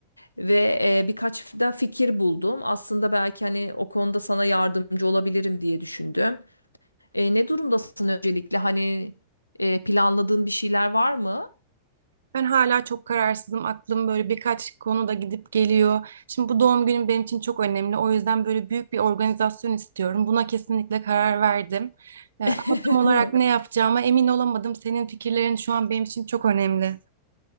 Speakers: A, on the left; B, on the right.
A: ve e, birkaç da fikir buldum. Aslında belki hani o konuda sana yardımcı olabilirim diye düşündüm. E, ne durumdasın öncelikle? Hani e, planladığın bir şeyler var mı?
B: Ben hala çok kararsızım. Aklım böyle birkaç konuda gidip geliyor. Şimdi bu doğum günüm benim için çok önemli. O yüzden böyle büyük bir organizasyon istiyorum. Buna kesinlikle karar verdim. Ee, ama
A: <laughs>
B: tam olarak ne yapacağıma emin olamadım. Senin fikirlerin şu an benim için çok önemli.